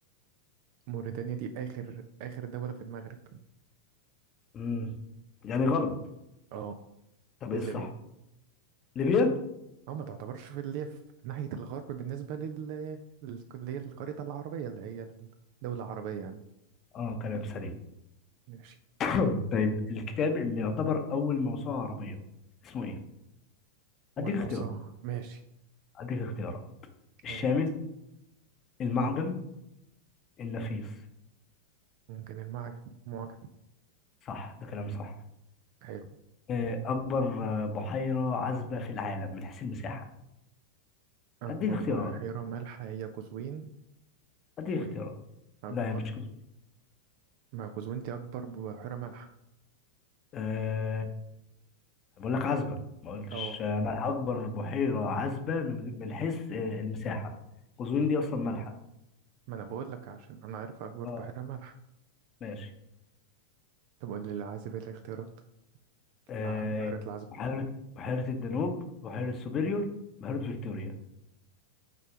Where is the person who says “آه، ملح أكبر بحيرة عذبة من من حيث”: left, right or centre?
Left